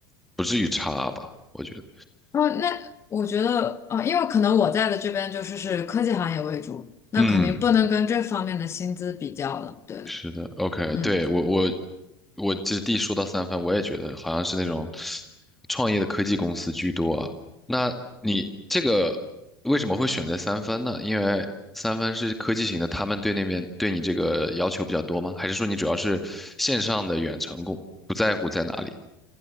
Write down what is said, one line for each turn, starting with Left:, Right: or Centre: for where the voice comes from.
Centre: 不至于差吧，我觉得。
Left: 哦，那我觉得，哦，因为可能我在的这边就是是科技行业为主，那肯定不能跟这方面的薪资比较了。
Centre: 嗯，
Left: 对，
Centre: 是的，OK，
Left: 嗯。
Centre: 对，我我我这第一说到三分，我也觉得好像是那种创业的科技公司居多啊。那你这个为什么会选择三分呢？因为三分是科技型的，他们对那边对你这个要求比较多吗？还是说你主要是线上的远程工，不在乎在哪里？